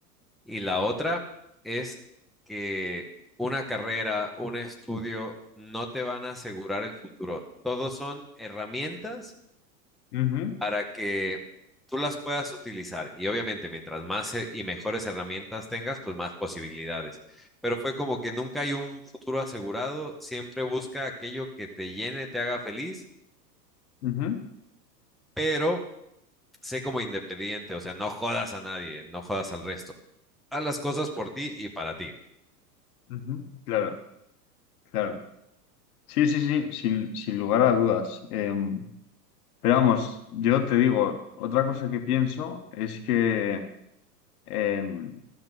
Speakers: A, in the centre; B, on the left.
A: Y la otra es que una carrera, un estudio no te van a asegurar el futuro. Todos son herramientas
B: Ujú,
A: para que tú las puedas utilizar. Y obviamente, mientras más eh, y mejores herramientas tengas, pues más posibilidades. Pero fue como que nunca hay un futuro asegurado, siempre busca aquello que te llene, te haga feliz,
B: ujú,
A: pero sé como independiente, o sea, no jodas a nadie, no jodas al resto. Haz las cosas por ti y para ti.
B: ujú. Claro, claro. Sí, sí, sí, sin, sin lugar a dudas. Em, pero vamos, yo te digo, otra cosa que pienso es que em,